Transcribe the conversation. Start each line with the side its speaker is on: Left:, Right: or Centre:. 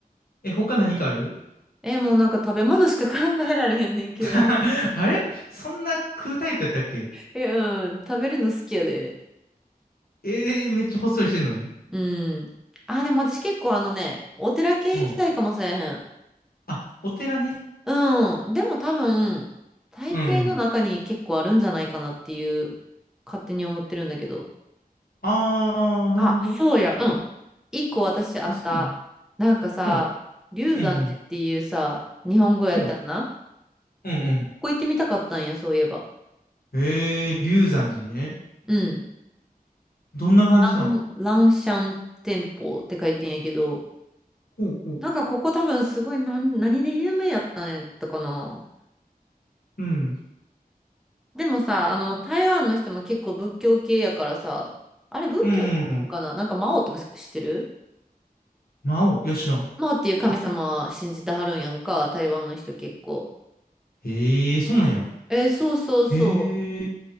Left: え、他何かある
Centre: え、もうなんか食べ物しか考えられへんねんけど。
Left: <laughs> あれそんな食うタイプやったっけ
Centre: え、うん。食べるの好きやで。
Left: えー、めっちゃほっそりしてんのに。
Centre: うん。あ、でも私結構あのね、お寺系行きたいかもしれへん。
Left: うん。あ、お寺ね。
Centre: うん。でも多分、台北の中に結構あるんじゃないかなっていう、
Left: うん、うん。
Centre: 勝手に思ってるんだけど。
Left: あー、なるほど。
Centre: あ、そうや。うん。一個私あった。
Left: あ、そうなんや。
Centre: なんかさ、
Left: うん、
Centre: 龍山寺っていうさ、
Left: うん、うん。
Centre: 日本語やったらな。
Left: うん、
Centre: こ
Left: うん、うん
Centre: こ行ってみたかったんや、そういえば。
Left: えー、龍山寺ね。
Centre: うん。
Left: どんな感じなん
Centre: ラン、ランシャン店舗って書いてんやけど、
Left: ほうほう。
Centre: なんかここ多分すごい何、何で有名やったんやったかな。
Left: うん。
Centre: でもさ、あの、台湾の人も結構仏教系やからさ、あれ仏教やったんかななんか魔王とか知ってる
Left: うん。うん魔王。いや、知らん。
Centre: 魔王っていう神様信じてはるんやんか、
Left: あ、
Centre: 台湾の人結構。
Left: ええー、そうなんや。
Centre: えーそうそうそ
Left: ええー。